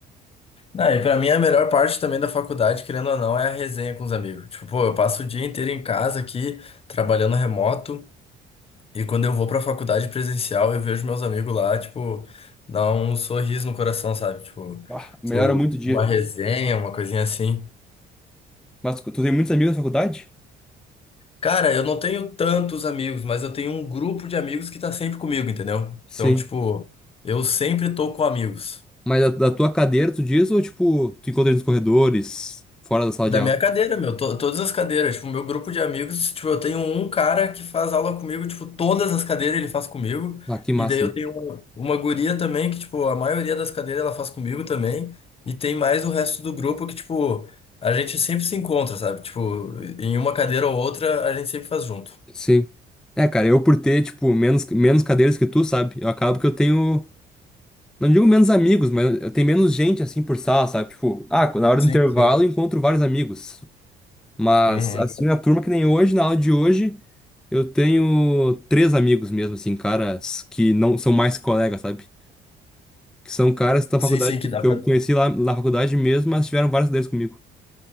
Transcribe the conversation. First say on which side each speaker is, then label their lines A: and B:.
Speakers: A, on the left; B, in the centre.
A: Ah, e pra mim a melhor parte também da faculdade, querendo ou não, é a resenha com os amigos. Tipo, pô, eu passo o dia inteiro em casa aqui, trabalhando remoto, e quando eu vou pra faculdade presencial, eu vejo meus amigos lá, tipo, dá um sorriso no coração, sabe? Tipo,
B: Ah, melhora
A: tu,
B: muito o dia.
A: uma resenha, uma coisinha assim.
B: Mas tu tem muitos amigos na faculdade?
A: Cara, eu não tenho tantos amigos, mas eu tenho um grupo de amigos que tá sempre comigo, entendeu?
B: Sim.
A: Então, tipo, eu sempre tô com amigos.
B: Mas da, da tua cadeira, tu diz, ou tipo, tu encontra eles nos corredores, fora da sala
A: Da
B: de aula?
A: minha cadeira, meu, to- todas as cadeiras. Tipo, meu grupo de amigos, tipo, eu tenho um cara que faz aula comigo, tipo, todas as cadeiras ele faz comigo.
B: Ah, que massa.
A: E daí eu tenho uma, uma guria também, que, tipo, a maioria das cadeiras ela faz comigo também. E tem mais o resto do grupo que, tipo, a gente sempre se encontra, sabe? Tipo, em uma cadeira ou outra, a gente sempre faz junto.
B: Sim. É, cara, eu por ter, tipo, menos, menos cadeiras que tu, sabe? Eu acabo que eu tenho. Não digo menos amigos, mas eu tenho menos gente, assim, por sala, sabe? Tipo, ah, na hora
A: Sim,
B: do intervalo
A: sim.
B: eu encontro vários amigos. Mas,
A: Uhum.
B: assim, na turma que nem hoje, na aula de hoje, eu tenho três amigos mesmo, assim, caras que não são mais colegas, sabe? Que são caras da faculdade,
A: Sim, sim, que dá
B: que
A: pra.
B: eu conheci lá na faculdade mesmo, mas tiveram várias cadeiras comigo.